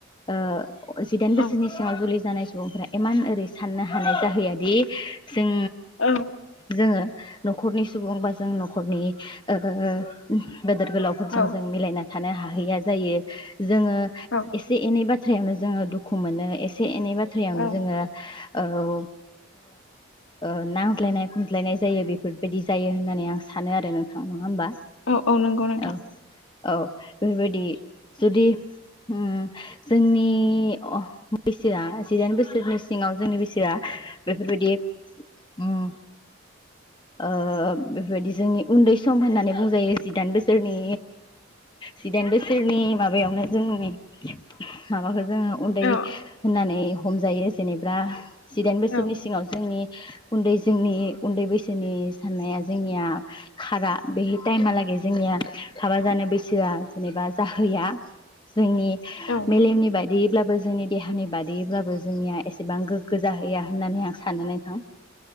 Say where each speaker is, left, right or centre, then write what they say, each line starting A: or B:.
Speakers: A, on the left; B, on the left.
A: ओ जिदाइन
B: औ
A: बोसोरनि सिङाव जुलि जानाय सुबुंफ्रा इमान ओरै साननो हानाय जाहैया दि जों
B: औ
A: जोङो न'खरनि सुबुं बा जों न'खरनि ओ गोदोर गोलावफोरजों
B: औ
A: जों मिलायना थानो हा हैया जायो जोङो
B: औ
A: एसे एनैबा बाथ्रायावनो जोङो दुखु मोनो एसे एनै बाथ्रायावनो
B: औ
A: जोङो औ ओ ओ नांज्लायनाय खमज्लायनाय जायो बेफोरबायदि जायो होननानै आं सानो आरो नोंथां नङा होमबा
B: औ औ नंगौ नोंथां
A: औ औ बेफोरबायदि जुदि उम जोंनि अ बैसोआ जिदाइन बोसोरनि सिङाव जोंनि बैसोआ बेफोरबायदि उम ओ बेफोरबायदि जोंनि उन्दै सम होननानै बुंजायो जिदाइन बोसोरनि जिदाइन बोसोरनि माबायावनो जोंनि माबाखौ जोङो उन्दै
B: औ
A: होननानै हमजायो जेनेबा जिदाइन बोसोरनि
B: औ
A: सिङाव जोंनि उन्दै जोंनि उन्दै बैसोनि साननाया जोंनिया खारा बे टाइमहालागै जोंनिया हाबा जानो बैसोआ जेनेबा जाहैया जोंनि
B: औ
A: मेलेमनि बाय बेब्लाबो जोंनि देहानि बादैब्लाबो जोंनिया एसेबां गोग्गो जाहैया होननानै आं सानो नोंथां